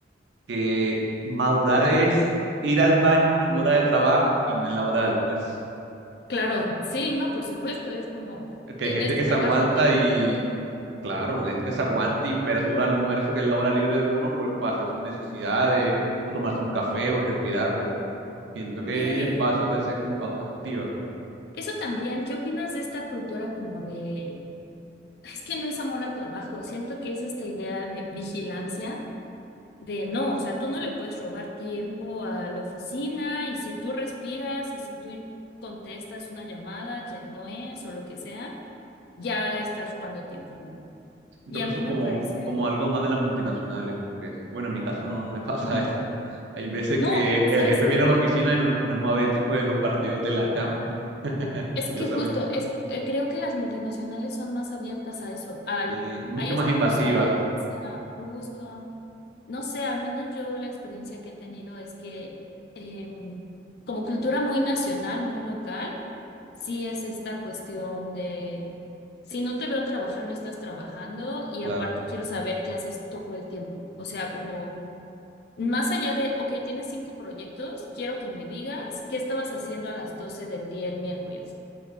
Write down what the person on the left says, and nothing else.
claro, sí, no, por supuesto, es como,
"E-
este
trabajo
tiene
que cubrir.
Sí,
eso también, ¿qué opinas de esta cultura como de, es que no es amor al trabajo, siento que es esta idea de vigilancia de no, o sea, tú no le puedes robar tiempo a la oficina y si tú respiras y si tú contestas una llamada que no es o lo que sea, ya estás robando tiempo, ¿no?
Y
a
mí
me
parece,
<laughs>
no,
¿sabes
tú?
Es
que justo, es, eh, creo que las multinacionales son más abiertas a eso, al,
ahí está
tu sala y lo que sea justo. No sé, al menos yo la experiencia que he tenido es que em, como cultura muy nacional, muy local, sí es esta cuestión de, si no te veo trabajar, no estás trabajando y
aparte quiero saber qué haces todo el tiempo. O sea, como más allá de, ok, tienes cinco proyectos, quiero que me digas qué estabas haciendo a las 12 del día el miércoles.